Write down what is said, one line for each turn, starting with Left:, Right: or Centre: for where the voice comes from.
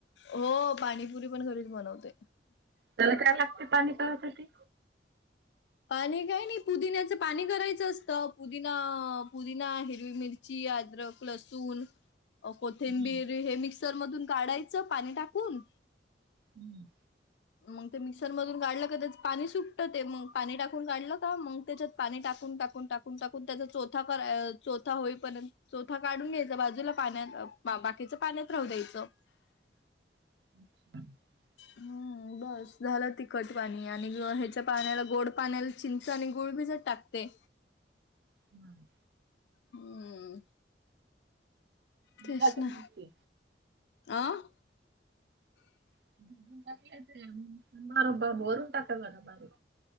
Left: हो पाणीपुरी पण घरीच बनवतोय.
Right: त्याला काय लागते पाणी पाजायसाठी?
Left: पाणी काय नाही पुदिन्याचं पाणी करायचं असतं, पुदिना पुदिना हिरवी मिरची. ची अद्रक लसूण. कोथिंबीर
Right: हम्म.
Left: हे मिक्सर मधून काढायचं पाणी टाकून.
Right: हम्म.
Left: मग ते मिक्सर मधून काढलं का त्याच पाणी सुटतं ते, मग पाणी टाकून काढलं का मग त्याच्यात पाणी टाकून टाक कून टाकून टाकून त्याचा चोथा पर चोथा होईपर्यंत चोथा काढून घ्यायचं. बाजूला पाण्यात बाकीच, पाण्यात राहू द्यायचं.
Right: <inaudible>
Left: हम्. बस झालं तिखट पाणी, आणि हेच्या पाण्याला गोड पाण्याला चिंच आणि गुळ भी भिजत टाकते.
Right: हम.
Left: हम्म. तेच
Right: जाते
Left: ना
Right: मग ते
Left: आं
Right: <inaudible> मार बा बरून टाकल माझ्या बारी.